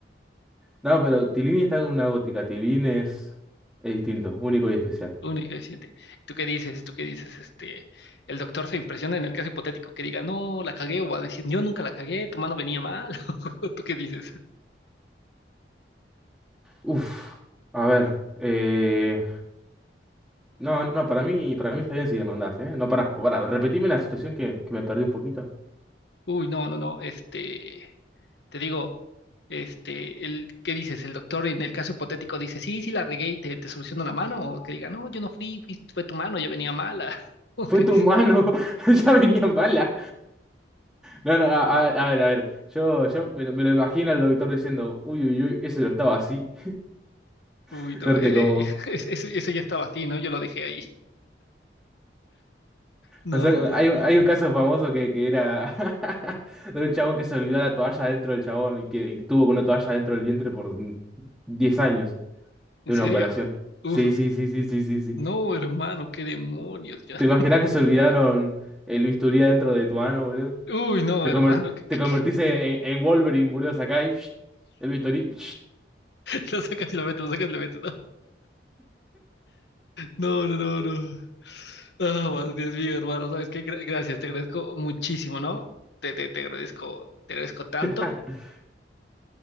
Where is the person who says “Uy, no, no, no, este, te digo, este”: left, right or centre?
Left